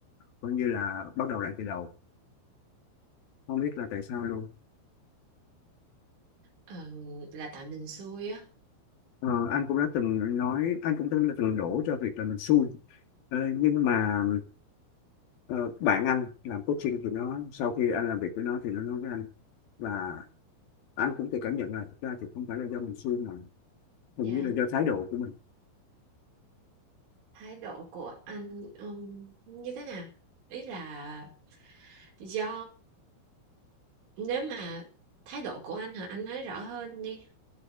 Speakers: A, on the left; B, on the right.
A: coi như là bắt đầu lại từ đầu không biết là tại sao luôn
B: ờ, là tại mình xui á.
A: ờ, anh cũng đã từng nói anh cũng từng đã từng đổ cho việc là mình xui ờ, nhưng mà ờ, bạn anh làm coaching thì nó sau khi anh làm việc với nó thì nó nói với anh và anh cũng tự cảm nhận là thực ra thì không phải là do mình xui mà
B: Dạ,
A: hình như là do thái độ của mình
B: thái độ của anh ừm, như thế nào? Ý là do nếu mà thái độ của anh hả, anh nói rõ hơn đi.